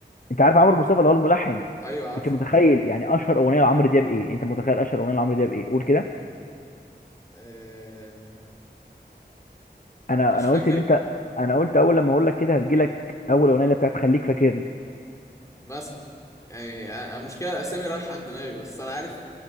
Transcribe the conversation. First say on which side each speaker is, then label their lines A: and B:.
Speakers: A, on the left (about 50°); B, on the left (about 20°).
A: انت عارف عمرو مصطفى اللي هو الملحن
B: ايوه عارفه
A: انت متخيل
B: عارفه
A: يعني اشهر اغنيه لعمرو دياب ايه انت متخيل اشهر اغنيه لعمرو دياب ايه قول كده
B: آه،
A: انا
B: انا مش
A: انا
B: فاكر
A: قلت ان انت انا قلت اول لما اقول لك كده هتجيلك اول اغنيه اللي بتاعت خليك فاكرني
B: مثلا يعني آه، المشكلة الاسامي رايحة عن دماغي بس انا عارف